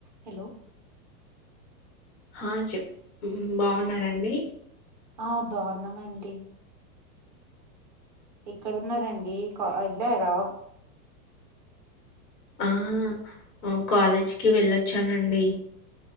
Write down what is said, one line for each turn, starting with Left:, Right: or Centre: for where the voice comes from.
Right: Hello
Left: హా చెప్ బాగున్నారండి
Right: ఆ బాగున్నామండి ఇక్కడున్నారండి వెళ్ళారా
Left: ఆ కాలేజీకి వెళ్ళొచ్చానండి